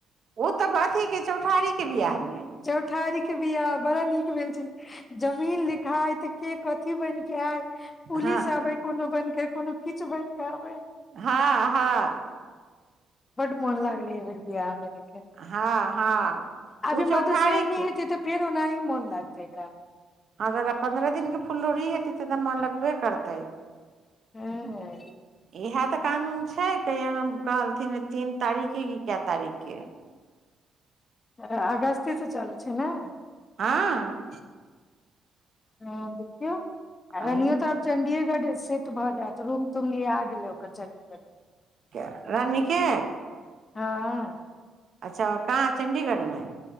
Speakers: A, on the right; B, on the left.
A: ओ तऽ अथीके चौठारीके वियाहमे
B: चौठारी के बिआह बड़ा नीक भेल छलै जमीन लिखाइ त के कथी बनके आइ पुलिस
A: हँ
B: आबै कोनो बनके कोनो किछु बनिके आबै
A: हँ हँ
B: बड मोन लागलै अयबेर बियाह मे लेकिन
A: हँ हँ
B: आ
A: ओ
B: जे
A: चौठारी
B: मधुश्रामणी
A: के
B: हेेतय त फेर ओनाही मोन लागतै एकरा
A: हं अगर पन्द्रह दिन केे फुललोढ़ी हेतै तब त मन लगबे करतै
B: हूँ
A: इएह त कानून छै कि कहलथिन तीन तारीख के की किए तारीख के
B: अकरा अगस्ते स चलू छै नाय
A: हँ
B: हं देखियौ हरनियो
A: एहिमे
B: त चंडीएगढ़ सेट भ जायत रूम तुम लिआ गेलयै चंडीगढ़मे
A: के रानी के
B: हँ
A: अच्छा कहाँ चंडीगढ़मे